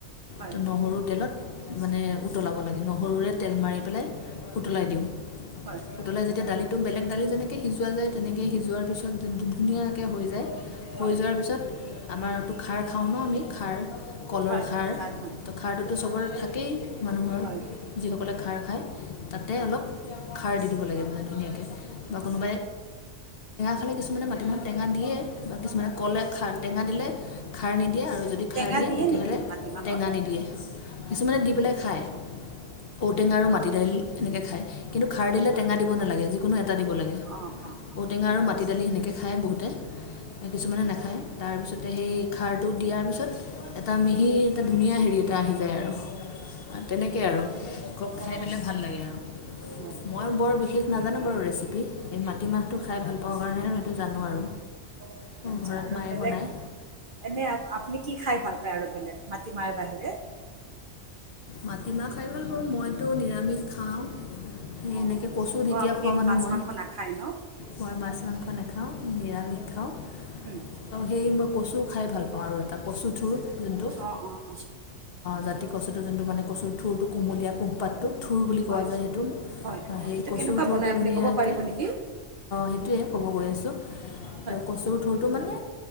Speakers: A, on the right; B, on the left.
A: হয়
B: তো নহৰু তেলত মানে উতলাব লাগে লাগে নহৰুৰে তেল মাৰি পেলাই উতলাই দিওঁ
A: হয় হয় অঁ
B: উতলাই যেতিয়া দালিটো বেলেগ দালি যেনেকৈ সিজোৱা যায় তেনেকৈ সিজোৱাৰ পিছত ধুনীয়াকৈ হৈ যায় হৈ
A: হয়
B: যোৱাৰ
A: হয়
B: পিছত
A: হয়
B: আমাৰ খাৰ খাওঁ ন আমি খাৰ কলৰ
A: হয়
B: খাৰ
A: হয় হয়
B: তো খাৰটোতো চবৰ থাকে তাকেই মান
A: হয়
B: যিসকলে খাৰ খায় তাতে
A: হয় হয়
B: অলপ খাৰ দি ল মান ধু কোনো খালে কিছুমানে মাটিমাহত টেঙা দিয়ে বাছুমানে কলে টেঙা দিলে খাৰ নি দিয়ে আৰু যদি
A: টেঙা
B: খাৰ দিয়ে তেতিয়াহ'লে
A: নেকি মাটিমাহত
B: টেঙা নিদিয়ে। কিছুমানে দি পেলাই খায় ঔটেঙা আৰু মাটি দাইল এনেকৈ খায় কিন্তু খাৰ
A: হয়
B: দিলে
A: হয়
B: টেঙা দিব নালাগে যিকোনো এটা দিব লাগে
A: অঁ অঁ অঁ
B: ঔটেঙা আৰু মি দালি সেনেকে খায় বহুতে
A: হয়
B: কিছুমানে
A: হয়
B: নাখায়
A: হয়
B: তাৰপিছতে সেই খাৰটো দিয়াৰ পিছত এটা মিহি এটা ধুনীয়া হেৰি এটা আহি যায় আৰু তেনেকেই আৰু খুব খাই
A: অঁ
B: পেলাই ভাল লাগে আৰু
A: হয় হয়
B: মই
A: অঁ
B: বৰ বিশেষ নাজানো বাৰু ৰেচিপি এই মাটিমাহটো খাই ভাল পাওঁ কাৰণে আৰু এইটো জানো আৰু
A: অ আচ্ছা
B: ঘৰত
A: আৰু
B: মায়ে
A: বেলেগ
B: বনায়
A: এনে আপুনি কি খাই ভাল প প আৰু বেলে মাটি মাৰ বাহিৰে।
B: মাটিমাহ খাই বুলি কওঁ মইতো নিৰামিষ খাওঁ সেই
A: অঁ
B: এনেকে কচো ঢেকীয়া
A: অঁ আপুনি
B: খোৱা মানুহ
A: মাছ
B: মই
A: মাংস নাখায় ন
B: মই মাছ মাংস ন খাওঁ নিৰামিষ খাওঁ
A: হুম,
B: অ সেই মই কছো খাই ভাল পাওঁ আৰু এটা কচু থোৰ যোনটো
A: অঁ অঁ অঁ
B: জাতি কচ যোনটো মানে কচুৰ ঢোৰৰটো কুমলীয়া কোহপাতটো। থঠোৰ বুলি কোৱা
A: হয়
B: যায় সেইটো
A: হয় অঁ,
B: সেই
A: সেইটো
B: কচুৰ
A: কেনেকুৱা
B: থুৰটো
A: বনাই আপুনি
B: ধুনীয়াকৈ
A: ক'ব পাৰিব নেকি
B: সেইটোৱেই ক'ব গৈ আছোঁ
A: হয়
B: তো কচুৰ থঠোৰটো মানে